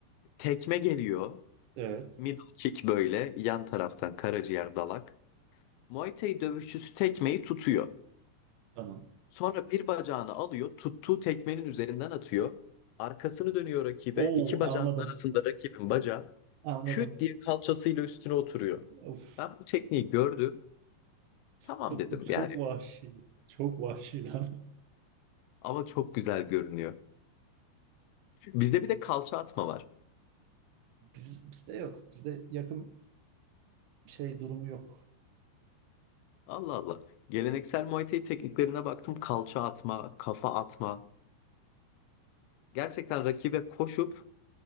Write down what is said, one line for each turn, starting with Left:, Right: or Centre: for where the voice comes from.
Left: tekme geliyor.
Right: Evet,
Left: Middle kick böyle yan taraftan karaciğer dalak. Muay Thai dövüşçüsü tekmeyi tutuyor.
Right: tamam.
Left: Sonra bir bacağını alıyor, tuttuğu tekmenin üzerinden atıyor. Arkasını dönüyor rakibe.
Right: Oo,
Left: İki bacağının
Right: anladım.
Left: arasında rakibin bacağı
Right: Anladım.
Left: küt diye kalçasıyla üstüne oturuyor.
Right: Uf
Left: Ben bu tekniği gördüm. Tamam
Right: çok
Left: dedim
Right: çok
Left: yani.
Right: vahşi. Çok vahşi lan.
Left: Ama çok güzel görünüyor. Bizde bir de kalça atma var.
Right: Biz, bizde yok. Bizde yakın şey durumu yok.
Left: Allah Allah. Geleneksel Muay Thai tekniklerine baktım. Kalça atma, kafa atma. Gerçekten rakibe koşup